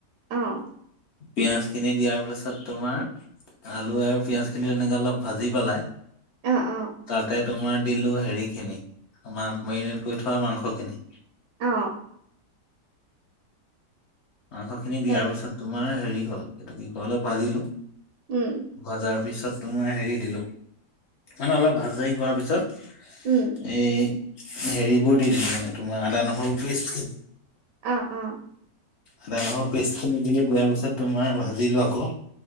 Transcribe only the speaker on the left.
পিয়াঁজখিনি দিয়াৰ পিছত তোমাৰ আলু আৰু পিয়াঁজখিনি তেনেকে অলপ ভাজি পেলাই
তাতে তোমাৰ দিলো হেৰি খিনি আমাক মেৰিনেট কৰি থোৱা মাংসখিনি।
মাংসখিনি
দিয়াৰ পিছত তোমাৰ হেৰি হল, এইটো কি কয় অলপ ভাজিলো,
ভাজাৰ পিছত তোমাৰ হেৰি দিলো, মানে অলপ ভাজাই হোৱাৰ পিছত
এই হেৰিবোৰ দি দিলো মানে তোমাৰ আদা, নহৰু পেষ্টখিন
আদা, নহৰু পেষ্টখিনি দিলে দিয়াৰ পিছত তোমাৰ ভাজিলো আকৌ,